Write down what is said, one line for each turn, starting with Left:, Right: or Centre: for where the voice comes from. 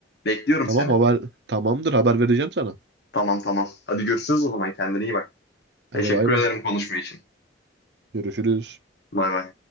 Left: Bekliyorum
Right: Tamam
Left: seni.
Right: haber tamamdır haber vereceğim sana.
Left: Tamam tamam. Hadi görüşürüz o zaman. Kendine iyi bak.
Right: Hadi
Left: Teşekkür
Right: bay bay.
Left: ederim konuşma için.
Right: Görüşürüz.
Left: Bay bay.